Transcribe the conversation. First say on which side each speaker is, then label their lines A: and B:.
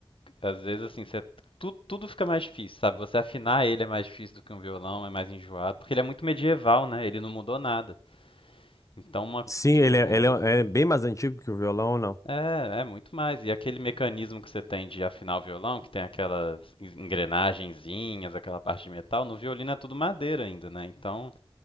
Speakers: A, on the left (about 75°); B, on the left (about 35°).
A: às vezes assim, você tudo, tudo fica mais difícil, sabe? Você afinar ele é mais difícil do que um violão, é mais enjoado, porque ele é muito medieval, né? Ele não mudou nada. Então, uma,
B: sim,
A: tipo,
B: ele, é, ele é é bem mais antigo que o violão, não?
A: é, é muito mais. E aquele mecanismo que você tem de afinar o violão, que tem aquelas en- engrenagenzinhas, aquela parte de metal, no violino é tudo madeira ainda, né? Então,